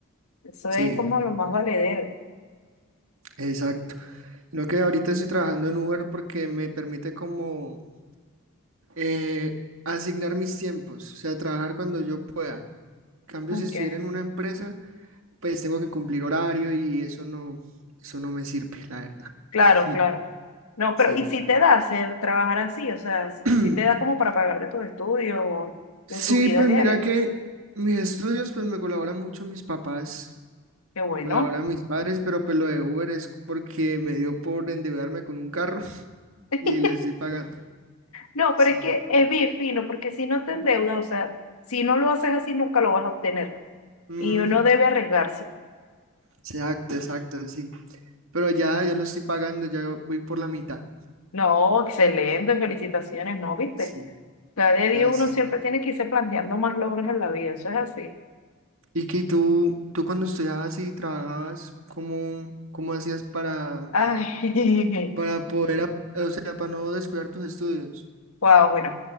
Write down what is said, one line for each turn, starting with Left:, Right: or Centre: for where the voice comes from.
Left: Eso
Right: Sí,
Left: es como lo más valedero.
Right: exacto. Sino que ahorita estoy trabajando en Uber porque me permite como eh, asignar mis tiempos, o sea, trabajar cuando yo pueda. En cambio,
Left: Ok,
Right: si estuviera en una empresa, pues tengo que cumplir horario y eso no, eso no me sirve, la verdad.
Left: Claro,
Right: <laughs>
Left: claro. No, pero
Right: Sí.
Left: ¿y si te da hacer trabajar así? O sea, si,
Right: <clears throat>
Left: si te da como para pagarte tus estudios o,
Right: Sí,
Left: o tu vida
Right: pues
Left: diaria.
Right: mira que mis estudios, pues me colaboran mucho mis papás,
Left: Qué bueno.
Right: colaboran mis padres, pero pues lo de Uber es porque me dio por endeudarme con un carro <laughs>
Left: <laughs>
Right: y les estoy pagando.
Left: No,
Right: Sí.
Left: pero es que es bien fino, porque si no te endeudas, o sea, si no lo haces así, nunca lo vas a obtener.
Right: Ujú,
Left: y uno debe arriesgarse.
Right: Exacto, exacto, sí. Pero ya, ya lo estoy pagando, ya voy por la mitad.
Left: No, excelente, felicitaciones, ¿no? ¿Viste?
Right: Sí,
Left: Cada día
Right: gracias.
Left: uno siempre tiene que irse planteando más logros en la vida, eso es así.
Right: Y que tú, tú cuando estudiabas y trabajabas, ¿cómo, cómo hacías para,
Left: Ay,
Right: para poder, ap- o sea, para no descuidar tus estudios?
Left: <laughs> wow, bueno,